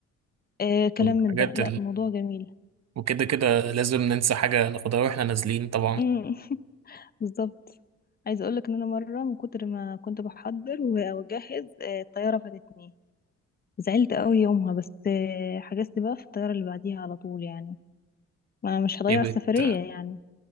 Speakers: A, on the left; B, on the right.
A: آه كلام
B: والحاجات
A: من ده لا الموضوع جميل
B: وكده كده لازم ننسى حاجة ناخدها واحنا نازلين طبعا
A: مم. <laughs> بالظبط عايزة اقولك ان انا مرة من كتر ما كنت بحضر و- واجهز آه الطيارة فاتتني زعلت قوي يومها بس آه حجزت بقى في الطيارة اللي بعديها على طول يعني ما انا مش هضيع
B: ايه بت...
A: السفرية يعني